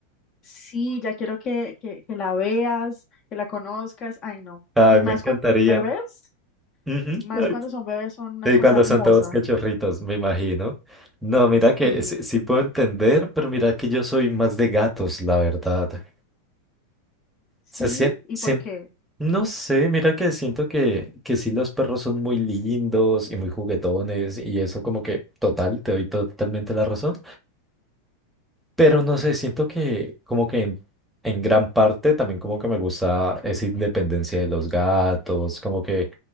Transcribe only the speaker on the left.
sí, ya quiero que, que, que la veas, que la conozcas. Ay, no.
Y
más
cuando son bebés,
más
cuando son bebés son una
cosa
hermosa.
Sí.
Sí,
¿y
por qué?